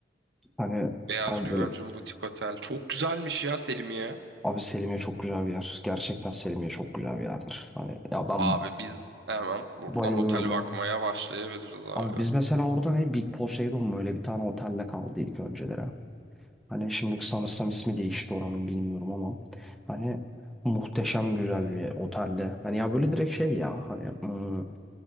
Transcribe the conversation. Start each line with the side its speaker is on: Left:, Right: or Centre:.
Centre: Hani
Right: Beyaz
Centre: yani
Right: Güvercin
Centre: böyle
Right: Butik Otel. Çok güzelmiş ya Selimiye.
Centre: Abi Selimiye çok güzel bir yer. Gerçekten Selimiye çok güzel bir yerdir. Hani ya ben
Right: Abi biz hemen buradan
Centre: bayılıyorum
Right: otel
Centre: ya.
Right: bakmaya başlayabiliriz abi.
Centre: Abi biz mesela orada ne Big Poseidon mu öyle bir tane otelle kaldıydık önceleri. Hani şimdi sanırsam ismi değişti oranın bilmiyorum ama hani muhteşem güzel bir otelde. Hani ya böyle direkt şey ya hani ım,